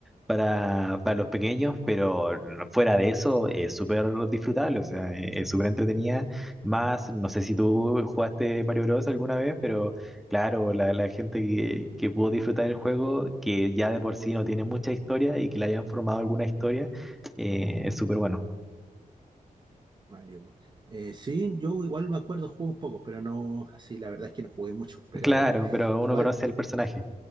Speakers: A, in the centre; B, on the right (about 30°).
A: para, para los pequeños, pero no, fuera de eso es súper disfrutable, o sea, es es súper entretenida. Más, no sé si tú jugaste Mario Bros. alguna vez, pero claro, la, la gente que, que pudo disfrutar el juego, que ya de por sí no tiene mucha historia y que le hayan formado alguna historia, eh, es súper bueno.
B: Mario Bros. Eh, sí, yo igual me acuerdo, jugué un poco, pero no, así la verdad es que no jugué mucho, pero
A: Claro, pero
B: igual
A: uno conoce el personaje.